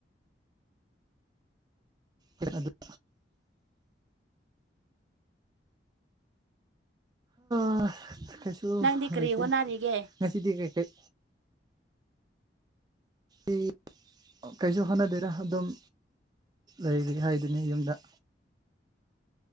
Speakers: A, on the right (about 20°); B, on the right (about 85°).
A: ꯍ ꯑꯗꯨ <unintelligible> ꯑꯥ ꯀꯩꯁꯨ
B: ꯅꯪꯗꯤ ꯀꯔꯤ
A: ꯂꯩꯇꯦ
B: ꯍꯣꯠꯅꯔꯤꯒꯦ
A: ꯉꯁꯤꯗꯤ ꯀꯩꯀꯩ ꯑꯩ ꯀꯩꯁꯨ ꯍꯣꯠꯅꯗ‌ꯦꯗꯥ ꯑꯗꯨꯝ ꯂꯩꯔꯤ ꯍꯥꯏꯗꯨꯅꯤ ꯌꯨꯝꯗ